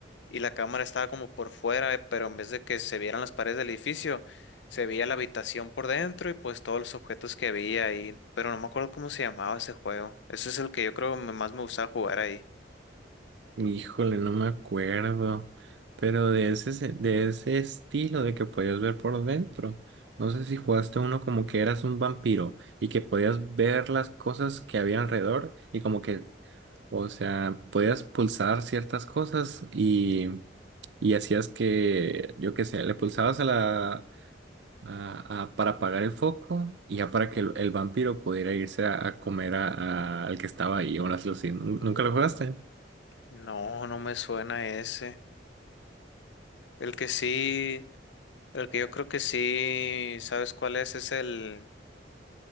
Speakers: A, on the left; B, on the right.
A: y la cámara estaba como por fuera, eh, pero en vez de que se vieran las paredes del edificio, se veía la habitación por dentro y pues todos los objetos que había ahí, pero no me acuerdo cómo se llamaba ese juego. Ese es el que yo creo que más me gustaba jugar ahí.
B: Híjole, no me acuerdo. Pero de ese, se- de ese estilo de que podías ver por dentro. No sé si jugaste uno como que eras un vampiro y que podías ver las cosas que había alrededor y como que O sea, podías pulsar ciertas cosas y, y hacías que, yo qué sé, le pulsabas a la a- a- para apagar el foco y ya para que el, el vampiro pudiera irse a, a comer a- a- al que estaba ahí o las luces. ¿Nun- ¿Nunca lo jugaste?
A: No, no me suena ese. El que sí, el que yo creo que sí, ¿sabes cuál es? Es el,